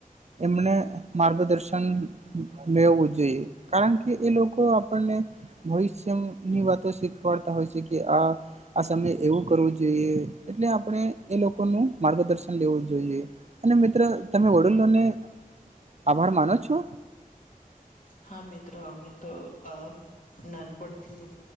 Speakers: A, on the right; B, on the left.
A: એમને માર્ગદર્શન મેળવું જોઈએ કારણ કે એ લોકો આપણે ભવિષ્યની વાતો શીખવાડતા હોય છે કે આ આ સમયે એવું કરવું જોઈએ એટલે આપણે એ લોકોનું માર્ગદર્શન લેવું જોઈએ. અને મિત્ર તમે વડીલોને આભાર માનો છો.
B: હા મિત્ર અમે તો અ. નાનપણથી જેમ